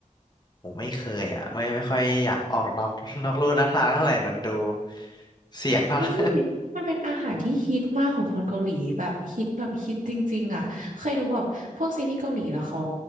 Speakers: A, on the left (about 30°); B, on the right (about 75°).
A: ผมไม่เคยอ่ะไม่ไม่ค่อยอยากออกนอก <laughs> นอกลู่นอกทางเท่าไหร่มันดูเสี่ยงเท่า
B: เฮ้ยมันเป็นอาหารที่ฮิตมากของคนเกาหลีแบบฮิตแบบฮิตจริงๆอ่ะเคยดูแบบพวกซีรีส์เกาหลีแล้วเขา
A: <laughs> ไหร่